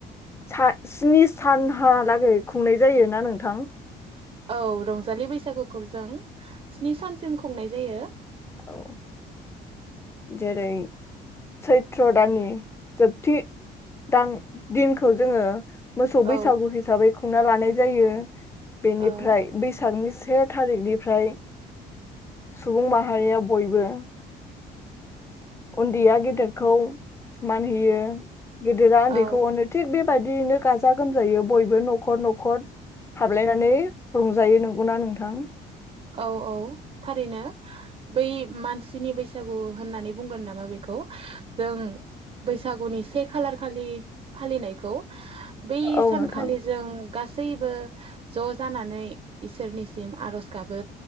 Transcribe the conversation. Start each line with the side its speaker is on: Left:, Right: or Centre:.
Left: सा स्नि सानहालागै खुंनाय जायोना नोंथां
Right: औ रंजालि बैसागुखौ जों स्नि सानसिम खुंनाय जायो।
Left: औ जेरै सैथ्र दाननि जोबथि दान दिनखौ जोङो मोसौ बैसागु
Right: औ
Left: हिसाबै खुंना लानाय जायो! बेनिफ्राय
Right: औ
Left: बैसागनि सि से थारिखनिफ्राय सुबुं माह माहारिया बयबो उन्दैया गेदेरखौ मान होयो गिदिरा उन्दैखौ
Right: औ
Left: अनो थिग बे बेबायदियैनो गाजा गोमजायोै बयबो न'खर न'खर हाबलायनानै रंजायो नंगौना नोंथां‌
Right: औ औ थारैनो बै मानसिनि बैसागु होननानै बुंगोन नामा बेखौ जों बैसागुनि से खालार खालि फालिनायखौ बै
Left: औ
Right: सानखालि
Left: नोंथां
Right: जों। गासैबो ज' जानानै इसोरनिसिम आर'ज गाबो।